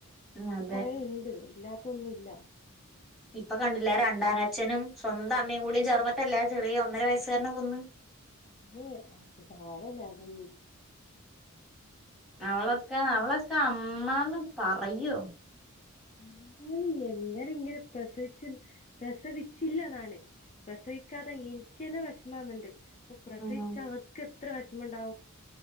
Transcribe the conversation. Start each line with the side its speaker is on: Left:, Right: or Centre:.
Centre: ഉ അതെ
Left: കൊറേ ഇണ്ട് ഇല്ലാത്തൊന്നുല്ല
Centre: ഇപ്പൊ കണ്ടില്ല രണ്ടാനച്ഛനും സ്വന്തം അമ്മയും കൂടിയും ചേർന്നല്ല ചെറിയ ഒന്നര വയസ് കാരനെ കൊന്ന്
Left: അത് ആക്ക് പാവല്ല കു
Centre: അവളൊക്കെ അവളൊക്കെ അമ്മ അമ്മാന്ന് പറയോ
Left: ന്നാലും എങ്ങനെ ഇങ്ങനെ പ്രസവിച്ച പ്രസവിച്ചില്ല ഞാൻ പ്രസവിക്കാതെ എനിക്കന്നെ വിഷമാണ്ണ്ട് ഓ പ്രസവിച്ച
Centre: ഉം
Left: വർക്ക എത്ര വിഷമുണ്ടാവും